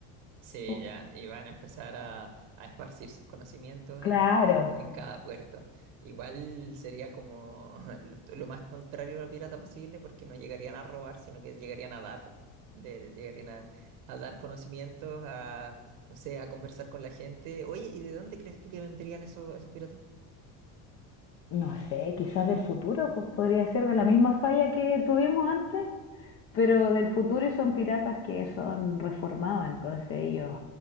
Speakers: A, on the right; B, on the left.
A: Sí,
B: Como,
A: ya, y van a empezar a, a esparcir sus conocimientos
B: Claro,
A: en, en cada puerto. Igual sería como <laughs> lo, lo más contrario a lo pirata posible, porque no llegarían a robar, sino que llegarían a dar, de- llegarían a, a dar conocimientos, a, no sé, a conversar con la gente. Oye, ¿y de dónde crees tú que vendrían esos, esos piratas?
B: no sé, quizás del futuro, pues podría ser de la misma falla que tuvimos antes. pero del futuro y son piratas que son reformados, entonces ellos